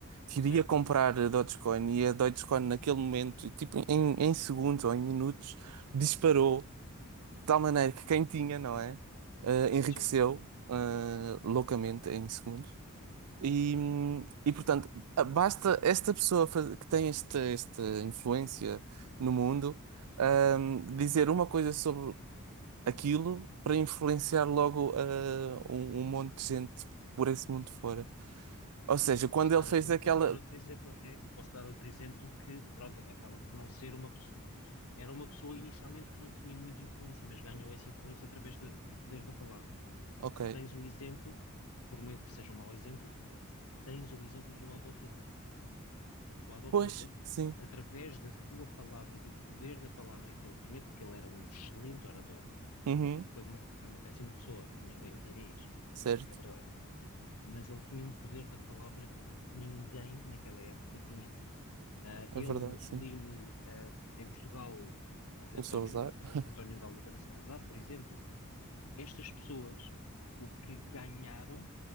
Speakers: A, on the right; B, on the left.
A: Queria
B: certo,
A: comprar
B: certo.
A: a Dogecoin e a Dogecoin naquele momento, tipo em, em segundos ou em minutos, disparou de tal maneira que quem tinha, não é? Ah, enriqueceu
B: Sim,
A: ah, loucamente em segundos. E, hum, e portanto, basta esta pessoa faz- que tem esta, esta influência no mundo, hum, dizer uma coisa sobre aquilo para influenciar logo ah, um, um monte de gente por esse mundo fora. Ou seja,
B: eu
A: quando
B: posso
A: ele
B: dar,
A: fez
B: eu
A: aquela.
B: posso dar outro exemplo até, eu posso dar outro exemplo que, pronto, acaba por não ser uma pessoa, era uma pessoa inicialmente que não tinha muita influência, mas ganhou essa influência através do do poder da palavra.
A: Ok.
B: Tens o exemplo, por meio que seja um mau exemplo, tens o exemplo do Adolf Hitler. o Adolf
A: Pois,
B: Hitler,
A: sim.
B: a- através da sua palavra, do poder da palavra que ele tinha, porque ele era um excelente orador,
A: Uhum,
B: foi uma, foi uma péssima pessoa, ninguém lhe tira isso,
A: certo.
B: é, é verdade. Mas ele tinha um poder da palavra que ninguém naquela época tinha. Ah,
A: É
B: ele,
A: verdade,
B: Mussolini,
A: sim.
B: ah, em Portugal, ah,
A: O
B: António,
A: Salazar.
B: ah,
A: <laughs>
B: António de Oliveira Salazar, por exemplo, estas pessoas, o que ganharam